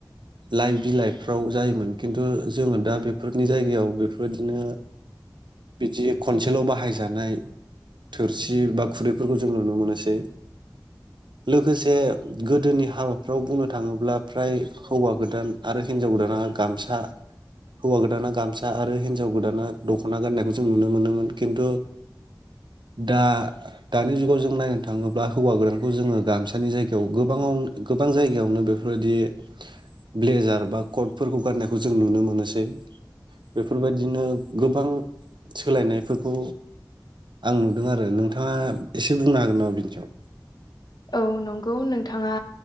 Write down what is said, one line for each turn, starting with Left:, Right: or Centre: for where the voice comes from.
Right: लाइ बिलाइ जायोमोन खिन्थु जोङो दा बेफोरनि जायगायाव बेफोर बायदिनो बिदि खनसेल' बाहायजानाय थोरसि बा खुरैफोरखौ जों नुनो मोनोसै। लोगोसे गोदोनि हाबाफ्राव बुंनो थाङोब्ला फ्राय हौवा गोदान आरो हिनजाव गोदाना गसा हौवा गोदाना गामसा आरो हिनजाव गोदाना दख'ना गाननायखौ जों नुनो मोनोमोन खिन्थु दा दानि जुगाव जों नायनो थाङोब्ला हौवा गोदानखौ जोङो गामसानि जायगायाव गोबां गोबां जायगायावनो बेफोर बायदि ब्लेजार बा कटफोरखौ गाननायखौ जों नुनो मोनोसै। बेफोर बायदिनो। गोबां सोलायनायफोरखौ आं नुदों आरो नोंथाङा एसे बुंनो हागोन नामा बिनि सायाव।
Left: औ नंगौ नोंथाङा